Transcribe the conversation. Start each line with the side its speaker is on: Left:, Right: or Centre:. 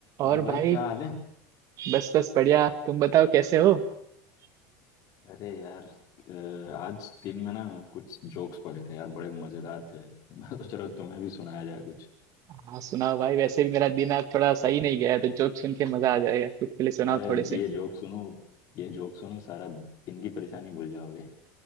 Right: और
Left: और भाई
Right: भाई
Left: क्या हाल है
Right: बस बस बढ़िया तुम बताओ कैसे हो
Left: अरे यार अ, आज दिन में ना कुछ जोक्स पड़े थे यार बड़े मजेदार थे तो मैं <laughs> सोच रहा हूँ तुम्हें भी सुनाया जाए कुछ
Right: हाँ सुनाओ भाई वैसे भी मेरा दिन आज थोड़ा सही नहीं गया है तो जोक सुन के मजा आ जाएगा चुटकुले सुनाओ
Left: अरे
Right: थोड़े से
Left: ये जोक सुनो ये जोक सुनो सारा दिन की परेशानी भूल जाओगे